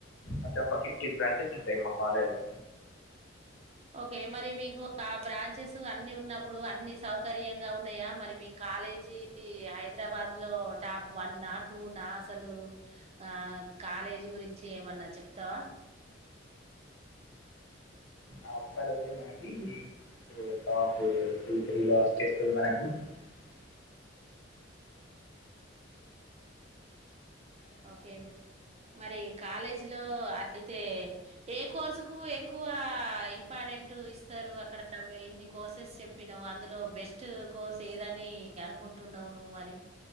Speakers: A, on the left (about 65°); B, on the right (about 35°).
A: అంతే ఒక ఫిఫ్టీన్ బ్రాంచెస్ ఉంటాయి మా కాలేజీలో
B: ఓకే మరి మీకు ఆ బ్రాంచెస్ అన్ని ఉన్నప్పుడు అన్ని సౌకర్యంగా ఉన్నాయా మరి మీకు కాలేజీ హైదరాబాద్ లో టాప్ వన్ నా టూ నా అసలు ఆ కాలేజీ గురించి ఏమన్నా చెప్తావా
A: ఆ కాలేజ్ మనది <inaudible> టాప్ పల్ టూ త్రీ లాస్ట్ చేస్తుంది మనకు <unintelligible>
B: అ ఓకే మరి కాలేజీ లో అ అయితే ఏ కోర్సు కు ఎక్కువ ఇంపార్టెంట్ ఇస్త అక్కడ ఇన్ని కోర్సెస్ చెప్పినావు అందులో బెస్ట్ కోర్స్ ఏదని అనుకుంటున్నావు నువ్వు మరి